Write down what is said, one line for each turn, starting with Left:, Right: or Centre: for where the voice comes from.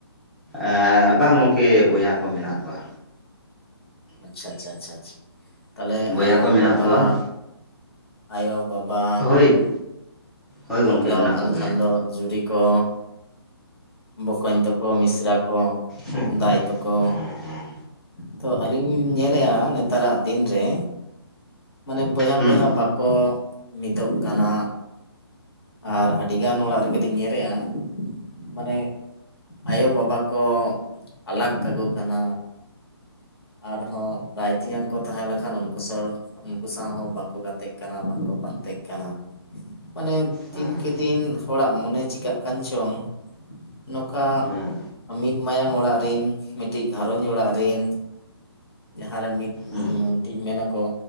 Centre: ᱮᱸ ᱵᱟᱝ ᱜᱚᱝᱠᱮ ᱵᱚᱭᱦᱟ ᱠᱚ ᱢᱮᱱᱟᱜ ᱠᱚᱣᱟ᱾
Left: ᱟᱪᱪᱷᱟ ᱟᱪᱪᱷᱟ ᱟᱪᱪᱷᱟ ᱟᱪ, ᱛᱟᱦᱞᱮ
Centre: ᱵᱚᱭᱦᱟ
Left: ᱟᱭᱳ
Centre: ᱠᱚ ᱢᱮᱱᱟᱜ
Left: ᱵᱟᱵᱟ
Centre: ᱠᱚᱣᱟ
Left: ᱟᱭᱳ ᱵᱟᱵᱟ
Centre: ᱦᱳᱭ ᱦᱳᱭ ᱜᱚᱢᱠᱮ
Left: ᱵᱟᱯᱞᱟᱣ
Centre: ᱢᱮᱱᱟᱜ
Left: ᱠᱟᱱ
Centre: ᱠᱚᱜᱮᱭᱟ
Left: ᱠᱷᱟᱱ ᱫᱚ ᱡᱩᱨᱤ ᱠᱚ, ᱵᱚᱠᱚᱧ ᱛᱟᱠᱚ ᱢᱤᱥᱨᱟ ᱠᱚ
Centre: ᱦᱮᱸ
Left: ᱫᱟᱭ ᱛᱟᱠᱚ
Centre: ᱦᱮᱸ ᱦᱮᱸ᱾
Left: ᱛᱚ ᱟᱹᱞᱤᱧ ᱞᱤᱧ ᱧᱮᱞᱮᱜᱼᱟ ᱱᱮᱛᱟᱨᱟᱜ ᱫᱤᱱᱨᱮ ᱢᱟᱱᱮ ᱵᱚᱭᱦᱟ
Centre: ᱦᱮᱸ
Left: ᱵᱚᱭᱦᱟ ᱵᱟᱠᱚ ᱢᱤᱫᱚᱜ ᱠᱟᱱᱟ᱾ ᱟᱨ ᱟᱹᱰᱤᱜᱟᱱ ᱚᱲᱟᱜ ᱨᱮᱜᱮ ᱞᱤᱧ ᱧᱮᱞᱮᱜᱼᱟ, ᱢᱟᱱᱮ ᱟᱭᱳᱼᱵᱟᱵᱟ ᱠᱚ, ᱟᱞᱟᱜᱽ ᱠᱟᱠᱚ ᱠᱟᱱᱟ᱾ ᱟᱨᱦᱚᱸ ᱵᱟᱭ ᱛᱮᱧᱟᱝ ᱠᱚ ᱛᱟᱦᱮᱸ ᱞᱮᱠᱷᱟᱱ ᱩᱱᱠᱩ ᱥᱚᱲ ᱩᱱᱠᱩ ᱥᱟᱶ ᱦᱚᱸ ᱵᱟᱠᱚ ᱜᱟᱛᱮᱜ ᱠᱟᱱᱟ ᱵᱟᱝᱠᱚ ᱯᱟᱱᱛᱮᱜ ᱠᱟᱱᱟ᱾ ᱢᱟᱱᱮ ᱫᱤᱱᱠᱮ
Centre: ᱦᱮᱸ
Left: ᱫᱤᱱ ᱦᱚᱲᱟᱜ ᱢᱚᱱᱮ ᱪᱤᱠᱟᱹᱜ ᱠᱟᱱ ᱪᱚᱝ, ᱱᱚᱠᱟ
Centre: ᱦᱮᱸ
Left: ᱢᱤᱫ ᱢᱟᱭᱟᱝ ᱚᱲᱟᱜ ᱨᱤᱱ ᱢᱤᱫᱴᱤᱡ ᱜᱷᱟᱨᱚᱸᱡᱽ ᱚᱲᱟᱜ ᱨᱤᱱ ᱡᱟᱦᱟᱸ ᱨᱮ ᱢᱤᱫ
Centre: ᱦᱮᱸ
Left: ᱩᱸ ᱴᱤᱡ ᱢᱮᱱᱟᱠᱚ